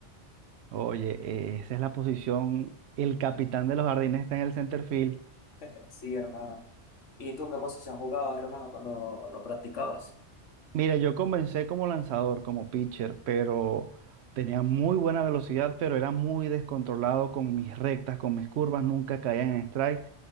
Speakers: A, on the right (about 70°); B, on the left (about 85°).
A: Oye, eh, esa es la posición. El capitán de los jardines está en el center field.
B: <laughs> Sí, hermano. ¿Y tú qué posición jugabas, hermano, cuando lo practicabas?
A: Mira, yo comencé como lanzador, como pitcher, pero tenía muy buena velocidad, pero era muy descontrolado con mis rectas, con mis curvas, nunca caía en strike.